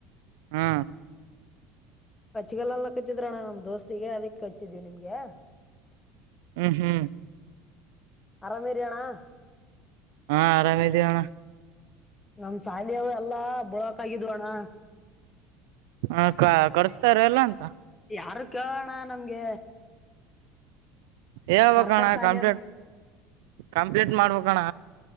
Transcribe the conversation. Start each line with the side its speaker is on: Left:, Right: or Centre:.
Right: ಹಾ
Left: ಕಚ್ಚಗಲ್ಲ ಎಲ್ಲ ಕಚ್ಚಿದ್ರಣ್ಣ ನಮ್ ದೋಸ್ತಿಗೆ ಅದಕ್ ಕಚ್ಚಿದ್ವಿ ನಿಮ್ಗೆ
Right: ಹ್ಮ್ ಹ್ಮ್
Left: ಅರಾಮೇರಿಯಣಾ
Right: ಹಾ ಆರಾಮ ಅಣ
Left: ನಮ ಶಾಲಿ ಎಲ್ಲಾ ಬಳಕ ಆಗಿದ್ವ ಅಣ್ಣ
Right: ಹ ಕ ಕಡಸ್ತಾರ ಎಲ್ಲ ಅಂತ
Left: ಯಾರು ಕೇಳಲ ನಮ್ಗೆ
Right: ಹೇಳ್ಬೇಕಣ
Left: ಸರ್ಕಾರ ಸಾಲಿ
Right: ಕಂಪ್ಲೀಟ್
Left: ಅಂದ್ರ
Right: ಕಂಪ್ಲೀಟ್ ಮಾಡ್ಬೇಕಣ